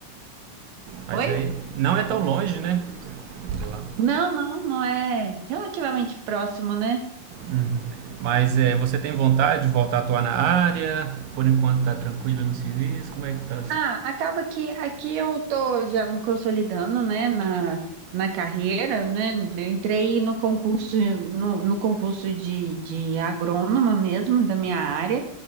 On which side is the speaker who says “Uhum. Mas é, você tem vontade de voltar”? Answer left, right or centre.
Right